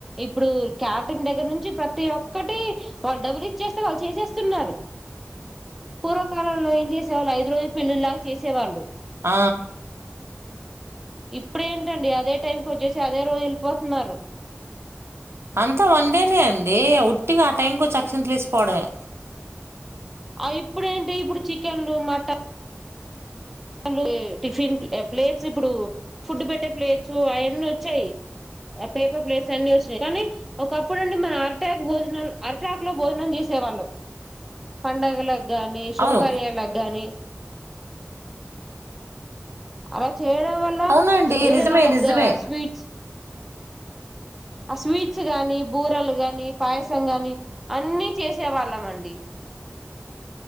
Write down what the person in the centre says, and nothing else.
ఇప్పుడు క్యాటిరింగ్ దగ్గర నుంచి ప్రతి ఒక్కటి వాళ్ళు డబ్బులు ఇచ్ఛేస్తే వాళ్ళు చేసేస్ తున్నారు పూర్వకాలంలో ఏం చేసేవాళ్ళు ఐదు రోజు పెళ్ళిళ్ళలా చేసేవాళ్ళు
ఇప్పుడేంటండి అదే టైంకి వచ్చే అదే రోజు వెళ్ పోతున్నారు
ఆ ఇప్పుడు ఏంటి ఇప్పుడు చికెన్లు మటన్ వాళ్ళు టిఫిన్ ప్లేట్స్ ఇప్పుడు ఫుడ్ పెట్టే ప్లేట్స్ అయన్నీ వచ్చాయి పేపర్ ప్లేట్స్ అన్ని వచ్చా కానీ ఒకప్పుడు అండి మన అరిటాకు భోజనాలు అరిటాకు లో భోజనం చేసే వాళ్ళం పండగల గాని శుభకార్యాలకు
గానీ అలా చేయడం వల్ల
ఏదైనా
ఒక
దే స్వీట్స్. ఆ స్వీట్ ట్స్ గానీ బూరలు గానీ పాయసం గాని, అన్నీ చేసే వాళ్ళం అండి.